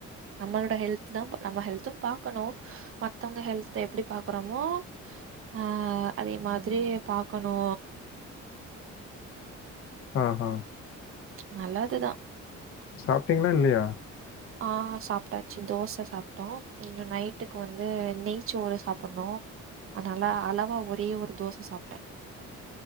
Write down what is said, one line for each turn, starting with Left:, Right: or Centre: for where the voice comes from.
Right: நம்மளோட ஹெல்த்து தா நம்ம ஹெல்து பாக்கணு மத்தவங்க ஹெல்த்த எப்டி பாக்குறமோ ஆ அதே மாதிரி பாக்கணு
Left: ஆ ஹ
Right: நல்லதுதா
Left: சாப்டீங்ளா இல்லையா
Right: ஆ சாப்டாச்சு தோச சாப்டோ இன்னு நைட்டுக்கு வந்து நெய்ச்சோறு சாப்புணு அ நல்லா அளவா ஒரே ஒரு தோச சாப்ட